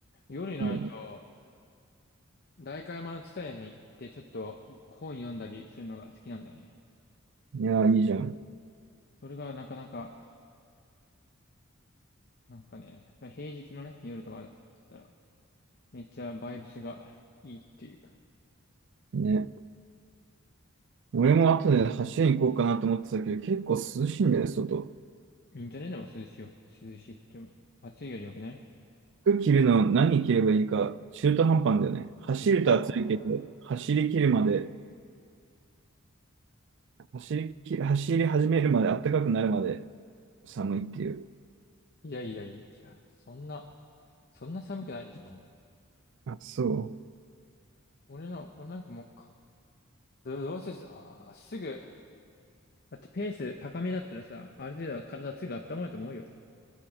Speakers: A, on the left; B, on the right.
A: 夜になると、
B: うん。
A: 代官山の地帯に行ってちょっと本読んだりするのが好きなんだよね。
B: いや、いいじゃん。
A: それがなかなか、なんかね、平日のね、夜とかだったら、めっちゃバイブスがいいっていうか、
B: ね。俺も後で走りに行こうかなと思ってたけど、結構涼しいんだよね、外。
A: いいんじゃねでも涼しいよ、涼しいっていうのも、暑いより良くない
B: 服着るの何着ればいいか、中途半端なんだよね。走ると暑いけど、
A: あ、
B: 走り切るまで走りき、走り始めるまで、暖かくなるまで寒いっていう。
A: いやいやいやいや、そんな、そんな寒くないでしょ。
B: あ、そ
A: 俺の、俺なんかもうか、ど、どうせす、あー、すぐ、だってペース高めだったらさ、ある程度は体すぐ温まると思うよ。